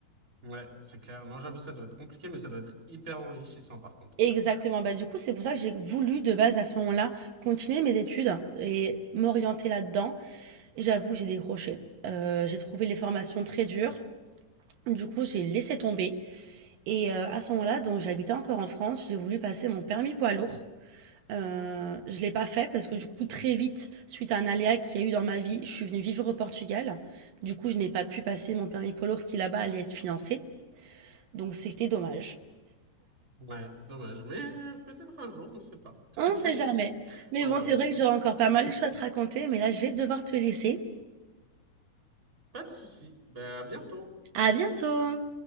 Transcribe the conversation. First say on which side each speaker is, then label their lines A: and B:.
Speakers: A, on the right; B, on the right.
A: Ouais, c'est clair. Non, j'avoue, ça doit être compliqué, mais ça doit être hyper enrichissant, par contre.
B: Exactement. Bah, du coup, c'est pour ça que j'ai voulu, de base, à ce moment-là, continuer mes études et m'orienter là-dedans. J'avoue, j'ai décroché. Euh, j'ai trouvé les formations très dures. Du coup, j'ai laissé tomber. Et euh, à ce moment-là, donc j'habitais encore en France, j'ai voulu passer mon permis poids lourd. Euh, je l'ai pas fait parce que du coup, très vite, suite à un aléa qu'il y a eu dans ma vie, je suis venue vivre au Portugal. Du coup, je n'ai pas pu passer mon permis poids lourd qui là-bas allait être financé. Donc, c'était dommage.
A: Ouais, dommage, mais peut-être un jour, on ne sait pas.
B: On
A: <laughs>
B: sait jamais. Mais
A: Ouais,
B: bon, c'est vrai que j'aurai encore pas
A: c'est
B: mal
A: ça.
B: de choses à te raconter, mais là, je vais devoir te laisser.
A: Pas de souci. Ben, à bientôt.
B: À bientôt!